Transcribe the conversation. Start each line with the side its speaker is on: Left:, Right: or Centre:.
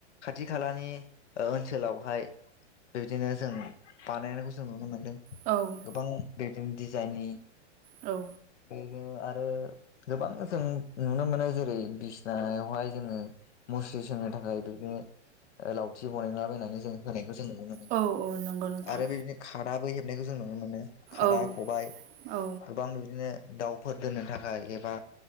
Left: खाथि खालानि ओ ओनसोलावहाय। बिबादिनो जों बानायनायखौ जों नुनो मोन्दों।
Right: औ।
Left: गोबां बिदिनो डिजाइननि।
Right: औ।
Left: बेनो आरो गोबां जों। नुनो मोनो जेरै बिसिनायावहाय जोङो। मुस्रि सोंनो थाखाय बिबादिनो ओ लावथि बनायलाबायनानै जों होनायखौ जों नुनो मोनो।
Right: औ औ नंगौ नोंथां
Left: आरो बेबादिनो खादाबो हेबनायखौ जों नुनो मोनो खादा
Right: औ
Left: खबाइ।
Right: औ
Left: गोबां बिबादिनो दाउफोर दोननो थाखा एबा